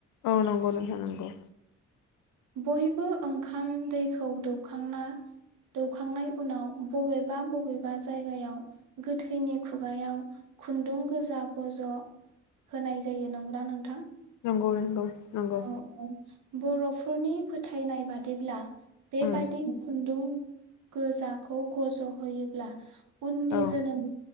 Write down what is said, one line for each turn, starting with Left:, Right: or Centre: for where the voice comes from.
Left: औ नंगौ नोंथां नंगौ
Right: बयबो ओंखाम दैखौ दौखांना दौखांनाय उनाव बबेबा बबेबा जायगायाव गोथैनि खुगायाव खुन्दुं गोजा गज' होनाय जायो नंगौ ना नोंथां?
Left: नंगौ नंगौ नंगौ
Right: औ औ बर' फोरनि फोथायनाय बादिब्ला बे
Left: उम
Right: बादि खुन्दुं गोजाखौ गज'होयोब्ला उननि
Left: औ
Right: जोनोम